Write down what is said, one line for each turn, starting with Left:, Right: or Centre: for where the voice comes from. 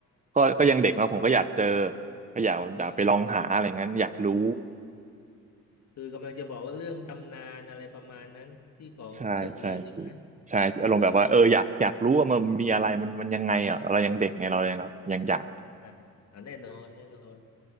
Right: ก็ก็ยังเด็กแล้วผมก็อยากเจอก็อยากอยากไปลองหาอะไรงั้นอยากรู้
Left: อืมคือกำลังจะบอกว่าเรื่องตำนานอะไรประมาณนั้นที่ของตึกนี้ใช่ไหม
Right: ใช่ใช่พี่ใช่พี่อารมณ์แบบว่าเอออยากอยากรู้ว่ามันมีอะไรมันมันยังไงอ่ะเรายังเด็กไงเรายังแบบยังอยาก
Left: เออใช่อ่ะแน่นอนแน่นอน